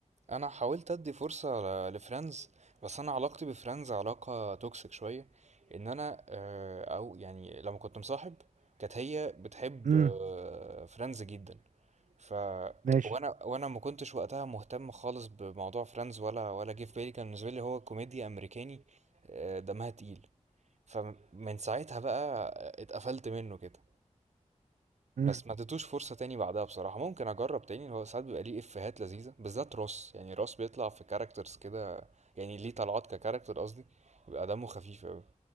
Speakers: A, on the right; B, on the right.
A: انا حاولت ادي فرصة لفريندز بس انا علاقتي بفريندز علاقة توكسيك شوية ان انا آه، او يعني لما كنت مصاحب كانت هي بتحب
B: امم
A: آه، فريندز جدا ف
B: ماشي
A: وانا وانا ما كنتش وقتها مهتم خالص بموضوع فريندز ولا ولا جه في بالي كان بالنسبة لي هو كوميديا امريكاني آه، دمها تقيل فمن ساعتها بقى اتقفلت منه كده
B: امم
A: بس ما اديتوش فرصة تاني بعدها بصراحة ممكن اجرب تاني هو ساعات بيبقى ليه افيهات لذيذة بالذات روس يعني روس بيطلع في كاركترز كده يعني ليه طلعات ككاركتر قصدي بيبقى دمه خفيف اوي